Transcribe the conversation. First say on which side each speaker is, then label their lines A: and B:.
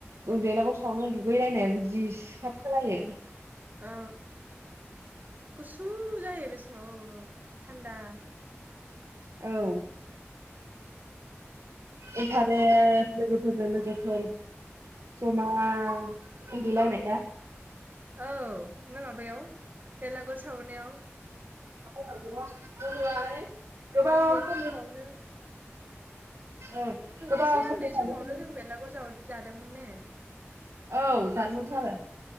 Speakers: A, on the right; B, on the right.
A: बेलागुर सावनो दुगैलायनाय जि साब खोनायो।
B: औ गुसु जायो बे समाव औ औ थान्दा।
A: औ। इन्टारेस्ट लोगोफोरजों लोगोफोर जमा उन्दुलायनाया।
B: औ ना माबायाव बेलागुर सावनायाव।
A: <unintelligible>
B: उन्दै
A: समनि
B: समावनो।
A: ओं गोबाव
B: एसे
A: समनि
B: उन्दै
A: थाखायनो
B: समावनो जों बेलागुर <unintelligible> दंमोन ने।
A: औ जानमोनथ' आरो